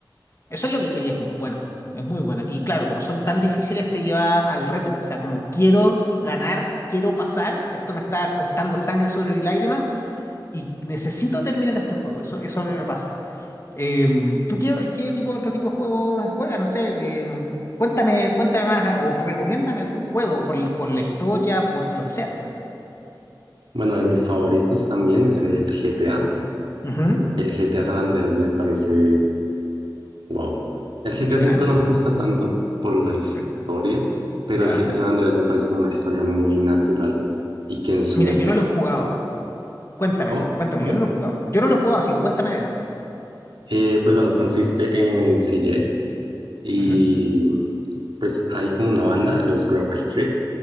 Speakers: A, on the left (about 35°); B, on the right (about 85°).
A: Eso es lo que tiene que es muy bueno. Es muy bueno. Y claro, como son tan difíciles, te lleva al reto. O sea, como quiero ganar, quiero pasar, esto me está costando sangre, sudor y lágrimas, y necesito terminar este juego. Eso, eso a mí me pasa. Em, ¿tú qué, qué tipo, otro tipo de juegos juegas? No sé, em, cuéntame, cuéntame más ah, o recomiéndame algún juego por, el- por la historia, por lo que sea.
B: Bueno, de mis favoritos también es el GTA.
A: Ujú,
B: El GTA San Andreas me parece Wow. El GTA
A: Mira,
B: V no me gusta tanto por la historia,
A: perfecto.
B: pero
A: Ya.
B: el GTA San Andreas me parece como una historia muy natural y que en su
A: Mira,
B: época,
A: yo no lo he jugado. Cuéntamelo,
B: ¿cómo?
A: cuéntame,
B: ¿Cuál?
A: yo no lo he jugado. Yo no lo he jugado, así que cuéntame de él.
B: Eh, pues bueno, consiste en CJ y
A: Ujú,
B: pues hay como una banda, los Grove Street,